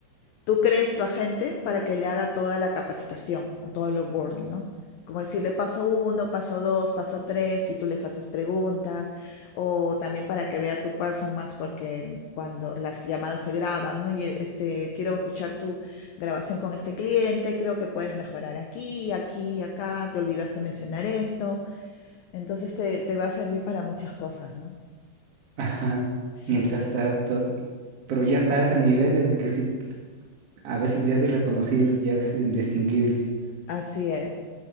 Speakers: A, on the left; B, on the right.
A: tú crees tu agente para que le haga toda la capacitación o todo el onboarding, ¿no? Como decirle paso uno, paso dos, paso tres, y tú les haces preguntas, o también para que vea tu performance, porque cuando las llamadas se graban, oye, este, quiero escuchar tu grabación con este cliente, creo que puedes mejorar aquí, aquí, acá, te olvidaste mencionar esto. Entonces te, te va a servir para muchas cosas, ¿no?
B: Ajá.
A: Sí,
B: Mientras está todo. Pero ya está a ese nivel en el que sí, a veces ya es irreconocible, ya es indistinguible.
A: así es.